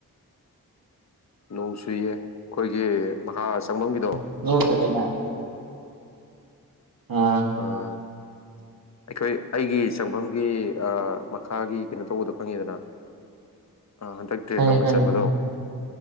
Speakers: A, on the left; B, on the right.
A: ꯅꯣꯡ ꯆꯨꯏꯌꯦ ꯑꯩꯈꯣꯏꯒꯤ ꯃꯈꯥ ꯆꯪꯐꯝꯒꯤꯗꯣ
B: <unintelligible> ꯑꯥ
A: ꯑꯥ ꯑꯩꯈꯣꯏ ꯑꯩꯒꯤ ꯆꯪꯐꯝꯒꯤ ꯑꯥ ꯃꯈꯥꯒꯤ ꯀꯩꯅꯣ ꯇꯧꯕꯗꯣ ꯐꯪꯉꯤꯗꯅ ꯍꯟꯗꯛ ꯗ꯭ꯔꯦꯟ
B: ꯈꯪꯉꯦ
A: ꯅꯧꯅ
B: ꯈꯪꯉꯦ
A: ꯆꯟꯕꯗꯣ